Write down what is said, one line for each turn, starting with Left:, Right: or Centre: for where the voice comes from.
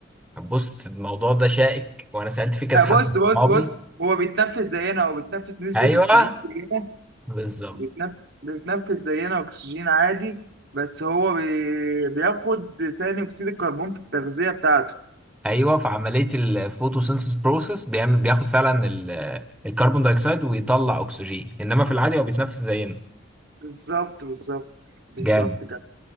Centre: بص الموضوع ده شائك وانا سألت فيه كذا
Right: لا بص
Centre: حد من
Right: بص
Centre: صحابي
Right: بص هو بيتنفس زينا هو بيتنفس نسبه
Centre: ايوه
Right: اكسجين زينا
Centre: بالظبط
Right: بيتنف... بيتنفس زينا أكسجين عادي بس هو بي... بياخد ثاني أكسيد الكربون في التغذية بتاعته
Centre: ايوه في عمليه الفوتوسينثيس بروسيس بيعمل بياخد فعلا ال- الكربون دايوكسيد ويطلع اكسجين انما في العادي هو بيتنفس زينا
Right: بالظبط بالظبط بالظبط
Centre: جامد
Right: كده